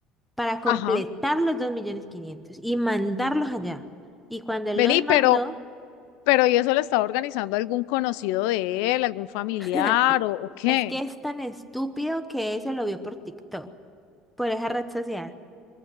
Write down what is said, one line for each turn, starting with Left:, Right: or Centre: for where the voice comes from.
Centre: para completar
Left: ajá.
Centre: los dos millones quinientos y mandarlos allá. Y cuando él
Left: Vení,
Centre: los mandó,
Left: pero Pero ¿y eso lo estaba organizando algún conocido de él, algún familiar
Centre: <laughs>
Left: o, o qué?
Centre: es que es tan estúpido que eso lo vio por TikTok, por esa red social.